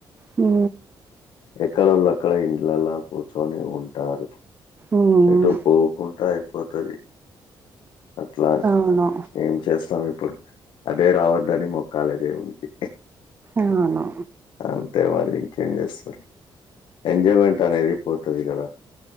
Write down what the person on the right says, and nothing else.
హూ
ఉమ్
అవును
అవును